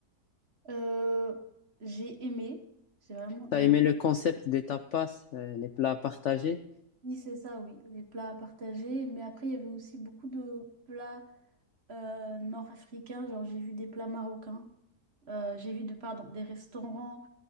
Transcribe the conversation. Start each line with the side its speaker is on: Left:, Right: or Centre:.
Right: Euh, j'ai aimé, j'ai vraiment
Left: T'as
Right: aimé.
Left: aimé le concept des tapas, euh, les plats partagés?
Right: Oui, c'est ça, oui, les plats à partager. Mais après, il y avait aussi beaucoup de plats euh, nord-africains. Genre, j'ai vu des plats marocains. Euh, j'ai vu de, pardon, des restaurants